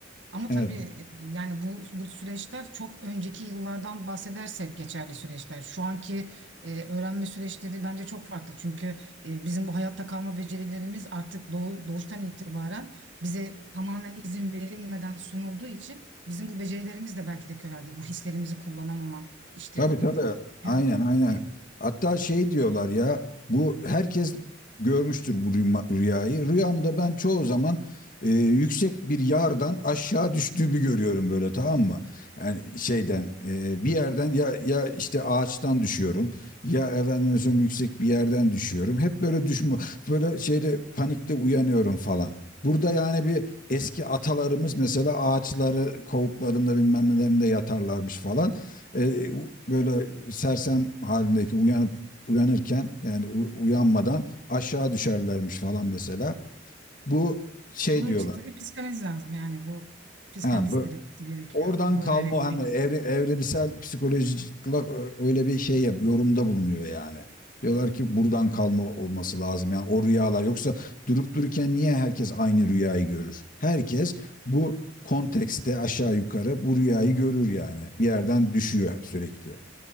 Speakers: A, on the right; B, on the left.
A: Ama
B: evet.
A: tabii e, yani bu bu süreçler çok önceki yıllardan bahsedersek geçerli süreçler. Şu anki e, öğrenme süreçleri bence çok farklı. Çünkü e, bizim bu hayatta kalma becerilerimiz artık doğu- doğuştan itibaren bize tamamen izin verilmeden sunulduğu için bizim bu becerilerimiz de belki de köreldi. Bu hislerimizi kullanamama işte
B: Tabii
A: ne
B: tabii.
A: bileyim diyor.
B: Aynen aynen.
A: E,
B: Hatta şey diyorlar ya bu herkes görmüştür bu rüyma- rüyayı. Rüyamda ben çoğu zaman e, yüksek bir yardan aşağı düştüğümü görüyorum böyle tamam mı? Yani şeyden e, bir yerden ya ya işte ağaçtan düşüyorum ya efendime söyleyeyim yüksek bir yerden düşüyorum. Hep böyle düşme böyle şeyde panikte uyanıyorum falan. Burada yani bir eski atalarımız mesela ağaçları kovuklarında bilmem nelerinde yatarlarmış falan e, böyle sersem halindeki uyanıp uyanırken yani u- uyanmadan aşağı düşerlermiş falan mesela. Bu şey
A: Bunun
B: diyorlar.
A: için tabii psikanaliz lazım. Yani bu psikanalist
B: Ha, bu,
A: terapisi gerekiyor
B: oradan
A: bunu
B: kalma
A: öğrenebilmek
B: o hani evre, evrimsel psikolojik olarak ö- öyle bir şey yap, yorumda bulunuyor yani. Diyorlar ki buradan kalma olması lazım. Yani o rüyalar yoksa durup dururken niye herkes aynı rüyayı görür? Herkes bu kontekste aşağı yukarı bu rüyayı görür yani. Bir yerden düşüyor sürekli.